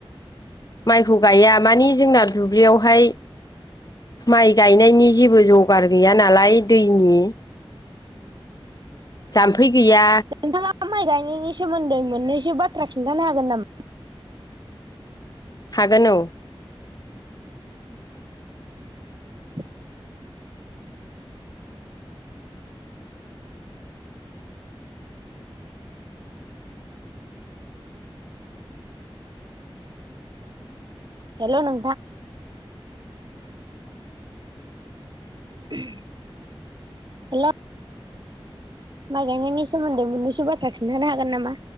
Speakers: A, on the left; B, on the right.
A: माइखौ गाया माने जोंना दुब्लियावहाय माइ गायनायनि जेबो जगार गैया नालाय दैनि जाम्फै गैया
B: नोंथाङा माइ गायनायनि सोमोन्दै मोननैसो बाथ्रा खिन्थानो हागोन नामा
A: हागोन औ
B: <inaudible> हेलौ नोंथां <unintelligible> हेल' माइ गायनायनि सोमोन्दै मोननैसो बाथ्रा खिन्थानो हागोन नामा